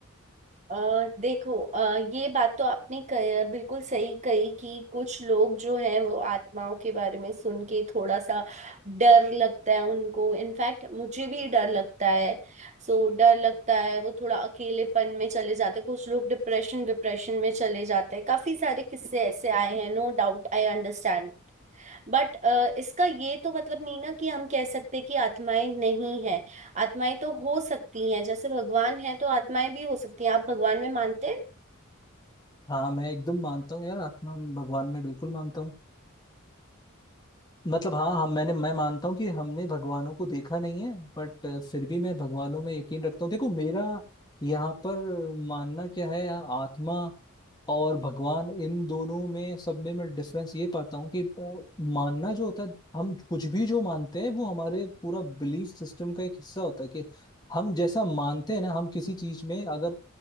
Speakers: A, on the right (about 35°); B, on the left (about 20°).
A: अ देखो अ, ये बात तो आपने कह, बिल्कुल सही कही कि कुछ लोग जो हैं वो आत्माओं के बारे में सुन के थोड़ा सा डर लगता है उनको इनफैक्ट मुझे भी डर लगता है सो डर लगता है वो थोड़ा अकेलेपन में चले जाते हैं कुछ लोग डिप्रेशन डिप्रेशन में चले जाते हैं काफी सारे किस्से ऐसे आए हैं no doubt I understand But इसका ये तो मतलब नहीं ना कि हम कह सकते कि आत्माएं नहीं है आत्माएं तो हो सकती हैं जैसे भगवान है तो आत्माएं भी हो सकती हैं आप भगवान में मानते हैं
B: हाँ मैं एकदम मानता हूँ यार आत्मा भगवान में बिल्कुल मानता हूँ मतलब हाँ हम मैंने मैं मानता हूँ कि हमने भगवानों को देखा नहीं है बट फिर भी मैं भगवानों में यकीन रखता हूँ देखो मेरा यहाँ पर मानना क्या है आत्मा और भगवान इन दोनों में सब में मैं डिफरेंस ये पाता हूँ कि अ, मानना जो होता है हम कुछ भी जो मानते हैं वो हमारे पूरा बिलीफ सिस्टम का एक हिस्सा होता है कि हम जैसा मानते हैं ना हम किसी चीज में अगर